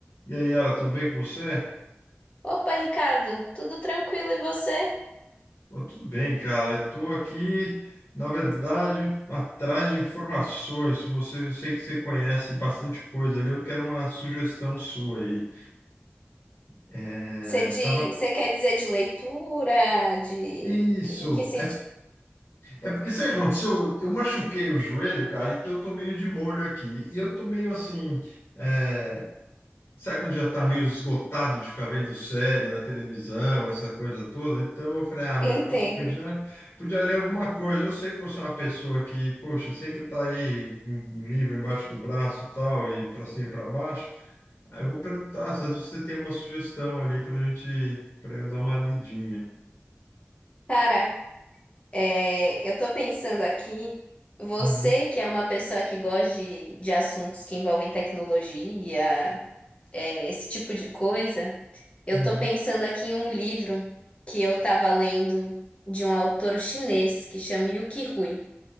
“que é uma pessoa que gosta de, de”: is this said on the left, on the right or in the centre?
Left